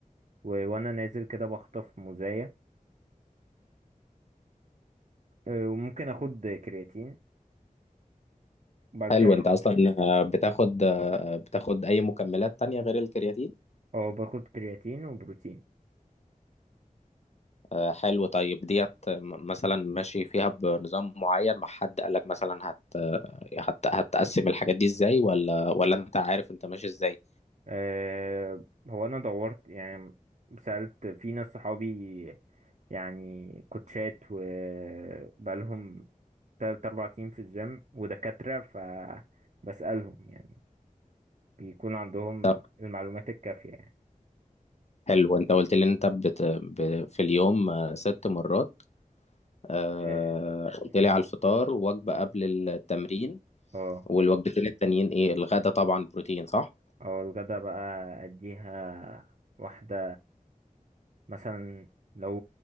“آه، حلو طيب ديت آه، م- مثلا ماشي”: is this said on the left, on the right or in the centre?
Left